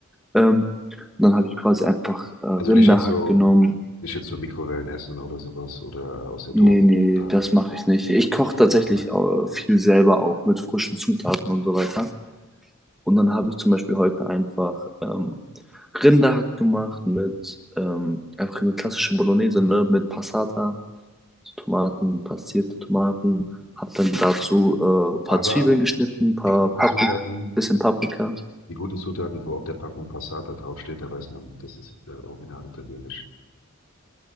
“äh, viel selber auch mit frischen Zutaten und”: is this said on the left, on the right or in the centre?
Centre